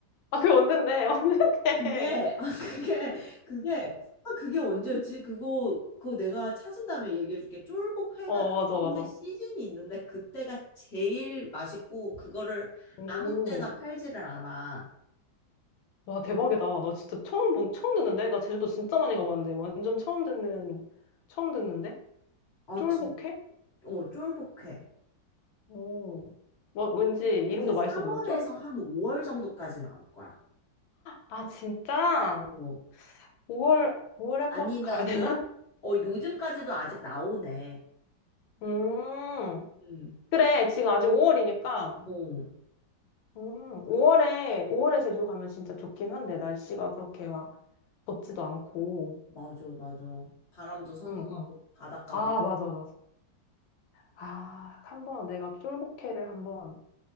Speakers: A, on the left; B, on the left.
A: 아, 그게 언젠데, <laughs> 언젠데.
B: 그게, 아, 그게, 그게, 아, 그게 언제였지? 그거, 그거 내가 찾은 다음에 얘기해줄게. 쫄복회가
A: 어, 맞아,
B: 나오는
A: 맞아.
B: 시즌이 있는데, 그때가 제일 맛있고, 그거를
A: 오,
B: 아무 때나 팔지를 않아.
A: 와, 대박이다. 나 진짜 처음, 본, 처음 듣는데? 나 제주도 진짜 많이 가봤는데. 완전 처음 듣는, 처음 듣는데?
B: 아,
A: 쫄복해?
B: 진, 어, 쫄복회.
A: 오, 뭐, 왠지 이름도
B: 그게 3월에서
A: 맛있어 보여. 쫄,
B: 한 5월 정도까지 나올 거야.
A: 아, 진짜?
B: 어.
A: 5월, 5월에 한번
B: 아니면은
A: 가야 되나? <laughs>
B: 어 요즘까지도 아직 나오네.
A: 음,
B: 음.
A: 그래. 지금 아직 5월이니까.
B: 어.
A: 음, 5월에, 5월에 제주 가면 진짜 좋긴 한데, 날씨가 그렇게 막 덥지도 않고.
B: 맞아, 맞아. 바람도 선선하고
A: 응, 응.
B: 바닷가도
A: 아,
B: 있고.
A: 맞아, 맞아. 아, 한번 내가 쫄복회를 한번